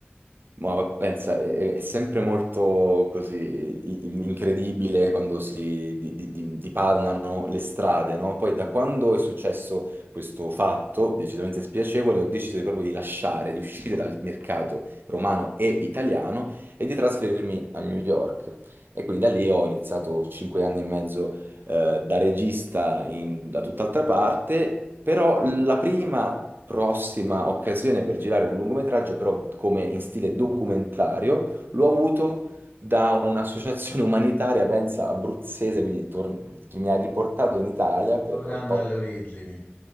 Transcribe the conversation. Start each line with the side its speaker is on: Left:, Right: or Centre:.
Right: Ma va- pensa, è, è sempre molto così i- i- incredibile quando si di- di- di- dipanano le strade, no? Poi da quando è successo questo fatto decisamente spiacevole, ho deciso proprio di lasciare, di uscire dal mercato romano e italiano e di trasferirmi a New York. E quindi da lì ho iniziato cinque anni e mezzo eh, da regista in- da tutt'altra parte, però la prima prossima occasione per girare un lungometraggio, però come in stile documentario, l'ho avuto da un'associazione umanitaria, pensa, abruzzese, quindi tor- che mi ha riportato in Italia per
Left: Tornando
Right: tot-
Left: alle origini.